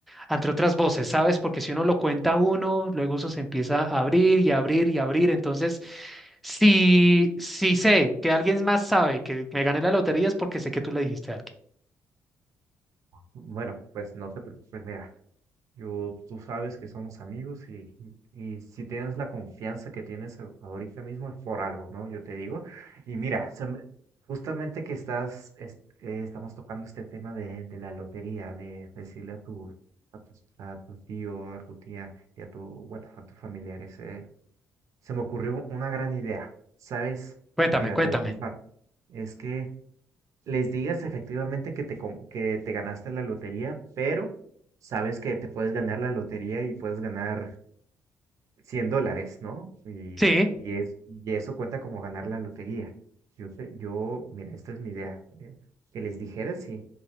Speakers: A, in the centre; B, on the right.
A: ante otras voces, ¿sabes? Porque si uno lo cuenta a uno, luego eso se empieza a abrir y abrir y abrir. Entonces, si, si sé que alguien más sabe que me gané la lotería es porque sé que tú le dijiste a alguien.
B: Bueno, pues no te preocupes, mira. Yo, tú sabes que somos amigos y, y si tienes la confianza que tienes a- ahorita mismo es por algo, ¿no? Yo te digo. Y mira, se me- justamente que estás, es- eh, estamos tocando este tema de, de la lotería, de decirle a tu, a tus- a tu, tío, a tu tía y a tu, bueno, a tus familiares. eh, se me ocurrió una gran idea, ¿sabes?
A: Cuéntame,
B: Mira,
A: cuéntame.
B: te la comparto. Es que les digas efectivamente que te, com- que te ganaste la lotería, pero sabes que te puedes ganar la lotería y puedes ganar 100 dólares, ¿no? Y,
A: Sí,
B: y, es, y eso cuenta como ganar la lotería. Yo, te- yo, mira, esta es mi idea. eh, que les dijeras, sí,